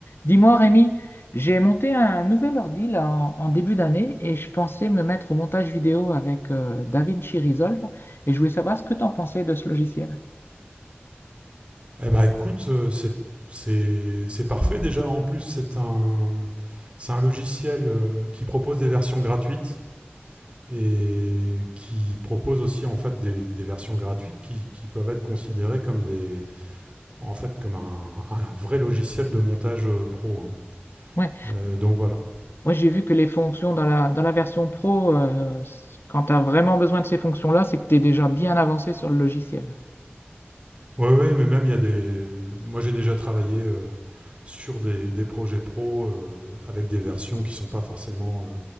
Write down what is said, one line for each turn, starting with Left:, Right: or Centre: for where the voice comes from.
Left: Dis-moi, Rémi, j'ai monté un nouvel ordi là, en, en début d'année et je pensais me mettre au montage vidéo avec euh, DaVinci Resolve et je voulais savoir ce que tu en pensais de ce logiciel.
Right: Eh ben, écoute, euh, c'est c'est- c'est parfait déjà. En plus, c'est un, c'est un logiciel euh, qui propose des versions gratuites et qui propose aussi en fait des, des versions gratuites qui, qui peuvent être considérées comme des, en fait, comme un, un vrai logiciel de montage euh, pro. hein.
Left: Ouais,
Right: Euh, donc voilà.
Left: moi j'ai vu que les fonctions dans la, dans la version pro, euh, s- quand tu as vraiment besoin de ces fonctions-là, c'est que tu es déjà bien avancé sur le logiciel.
Right: Ouais, ouais, mais même il y a des. Moi, j'ai déjà travaillé euh, sur des, des projets pro euh, avec des versions qui sont pas forcément euh,